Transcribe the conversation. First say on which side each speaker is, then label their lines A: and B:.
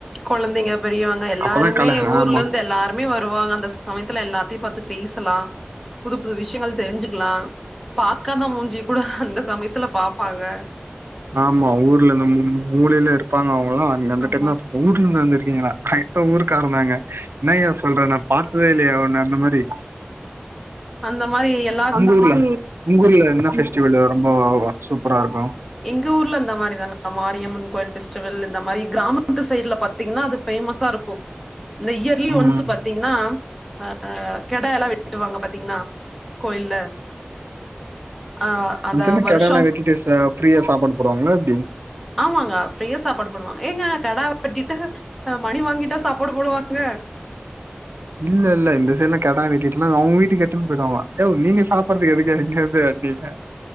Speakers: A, in the centre; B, on the right.
A: கொழந்தைங்க பெரியவங்க எல்லாருமே
B: அப்பதா கல
A: ஊர்லந்து
B: ஆமா
A: எல்லார் மே வருவாங்க அந்த சமயத்துல எல்லாத்தையு பாத்து பேசலா புது புது விஷ்யங்கள் தெரிஞ்சுக்லா பாக்காத மூஞ்சிய கூட அந்த சமயத்துலப் பாப்பாங்க
B: ஆமா ஊர்ல இந்த மூ-மூலைல இருப்பாங்க அவுங்களா அன் அந்த
A: ஆமா
B: டைம்தா ஊர்லந்து வந்திருக்கீங்களா க இப்ப ஊருக்காரந்தாங்க என்னயா சொல்ற நாப் பாத்ததே இல்லயா உன்ன அந்த மாரி
A: அந்த மாரி எல்
B: உங்கூர்ல உங்கூர்ல என்ன ஃபெஸ்டிவல் ரொம்ப சூப்பராருக்கு
A: எங்க ஊர்ல இந்த மாரி தாங்க மாரியம்மன் கோயில் ஃபெஸ்டிவல் இந்த மாரி கிராமத்து சைட்ல பாத்தீங்கன்னா அது ஃபேமஸா இருக்கு இந்த இயர்லி ஒன்ஸ்சு
B: ம்
A: பாத்தீங்கன்னா அ கடாயல்லா வெட்டுவாங்க பாத்தீங்கன்னா கோயில்ல ஆ அந்த
B: ஆசுலி
A: வருஷம்
B: கடலா வெட்டிட்டு சா ஃப்ரீா சாப்பாடு போடுவாங்களா எப்டி
A: ஆமாங்க ஃப்ரீயா சாப்பாடு போடுவாங்க ஏங்க கடா வெட்டிட்டு அ மணி வாங்கிட்டா சாப்பாடு போடுவாங்க
B: இல்ல இல்ல இந்த சைட்ல்லா கெடா வெட்டிட்டுலா அவங்க வீட்டுக்கு எத்துனு போயிடுவாங்க யோ நீங்க சாப்பறதுக்கு எதுக்க எங்கது வெட்னீங்க